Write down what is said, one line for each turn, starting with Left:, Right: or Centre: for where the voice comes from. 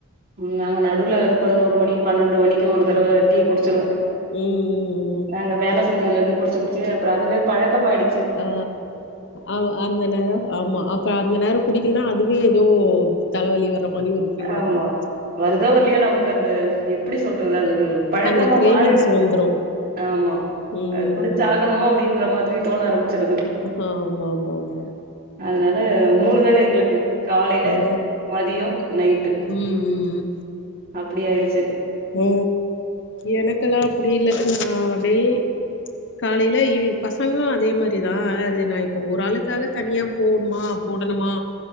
Right: ம் நாங்க நடுல பதுனோருமணி பன்னெண்டு மணிக்கு ஒரு தடவ டீ குடிச்சிருவ
Left: ம் ம் ம்
Right: நாங்க வேல செஞ்சதுல இருந்து குடிச்சு குடிச்சு அப்புறோ அதுவே பழக்கமாய்டு
Left: ஆ ஆமா அந்த நேரம் ஆமா அ ப்ப அந்த நேரோ குடிக்கல்னா அதுவே எதோ தலவலி வர்ற மானி ஒரு ஃபீல்
Right: ஆமா
Left: வர ஆரம்
Right: வருதோ வர்லையோ நமக்கு அந்த எப்புடி சொல்றது அது ஒரு பழக்கமா
Left: அந்த கிரேவிங்ஸ்
Right: மாறிடுச்சு
Left: வந்துரு
Right: ஆமா
Left: ம்
Right: அது குடிச்சாகணு அப்டின்ற மாதிரி தோன ஆரமிச்சுடுது
Left: ஆ ஆமாம்மாம்மா
Right: அதுனால மூணு வேல எங்ளுக்கு காலேல
Left: ஓ
Right: மதியோ நைட்டு
Left: ம் ம்
Right: அப்டி ஆய்டுச்சு
Left: ஓ எனக்கெல்லா அப்புடி இல்ல நா அப்டே காலேல ஈவினிங்க பசங்களு அதே மாரிதா ஆனா அது நா இப்ப ஒரு ஆளுக்காக தனியா போணுமா போடணுமா